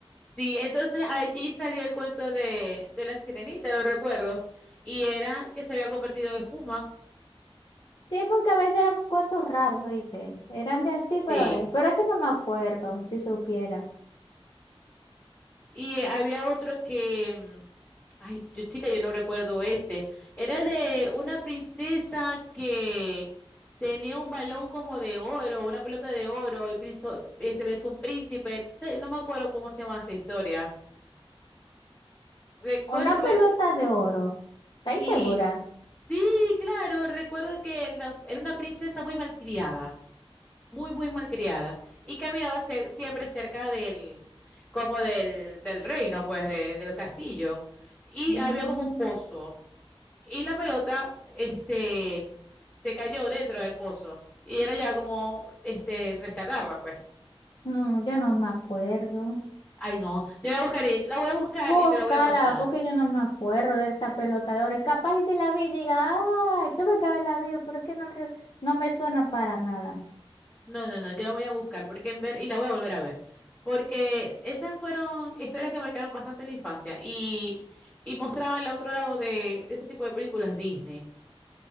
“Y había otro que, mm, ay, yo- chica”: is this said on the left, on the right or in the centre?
Left